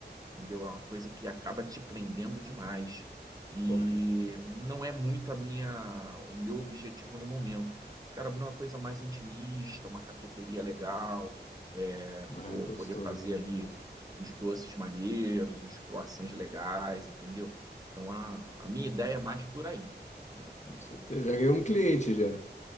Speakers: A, on the right; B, on the left.
A: entendeu? É uma coisa que acaba te prendendo demais. E
B: Correto.
A: não é muito a minha, o meu objetivo no momento. Quero abrir uma coisa mais intimista, uma cafeteria legal, é,
B: É
A: pô,
B: gostosinho,
A: poder fazer ali uns doces maneiros, uns croissants legais, entendeu? Então a, a minha ideia é mais por aí, né?
B: com certeza. Já ganhei um cliente já.